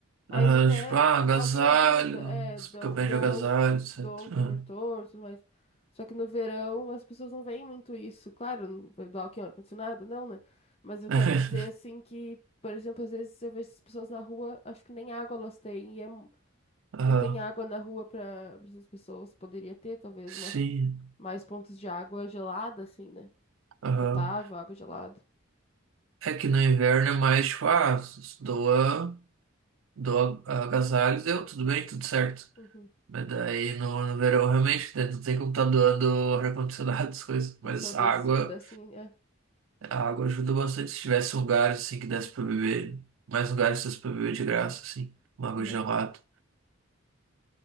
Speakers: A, on the left; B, on the right.
A: ainda
B: Ah,
A: até
B: tipo,
A: a-
B: ah, agasalho,
A: alguém ajuda, é,
B: você
A: dão,
B: fica bem
A: dão,
B: de agasalho, etc.
A: dão um cobertor, tudo mais. Só que no verão as pessoas não veem muito isso. Claro, não vai doar o que é ar-condicionado, não, né? Mas eu
B: Ah,
A: quero dizer assim que, por exemplo, às vezes eu vejo essas pessoas na rua, acho que nem água elas têm, e é
B: <laughs> aham,
A: não tem água na rua para essas pessoas. Poderia ter, talvez,
B: sim,
A: uma, mais pontos de água gelada, assim, né?
B: aham.
A: Potável, água gelada.
B: É que no inverno é mais, tipo, ah, s- doa, doa agasalho, deu, tudo bem, tudo certo.
A: Uhum.
B: Mas daí no, no verão, realmente, né, não tem como tá doando ar-condicionado, <laughs> essas coisas. Mas
A: Mas talvez
B: a água,
A: se pudessem. É,
B: a água ajuda bastante. Se tivesse um lugar, assim, que desse pra beber, mais lugares que desse pra beber de graça, assim, uma água
A: aham,
B: gelada.